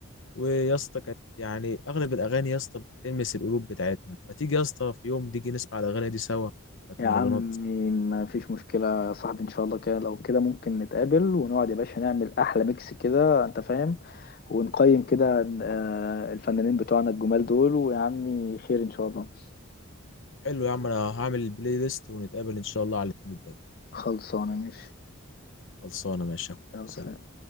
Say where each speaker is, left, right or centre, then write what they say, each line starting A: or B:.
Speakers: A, on the left; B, on the left.
A: ويا اسطى كانت يعني اغلب الاغاني يا اسطى بتلمس القلوب بتاعتنا ما تيجي يا اسطى في يوم تيجي نسمع الاغاني دي سوا بتاعت
B: يا
A: المهرجانات
B: عمي ما فيش مشكلة يا صاحبي ان شاء الله كده لو كده ممكن نتقابل ونقعد يا باشا نعمل احلى ميكس كده انت فاهم ونقيم كده آه، الفنانين بتوعنا الجمال دول ويا عمي خير ان شاء الله
A: حلو يا عم انا هعمل البلاي ليست ونتقابل ان شاء الله على الاثنين الجاي
B: خلصانة ماشي
A: خلصانه ماشي يا اخويا
B: يلا
A: سلام
B: سلام.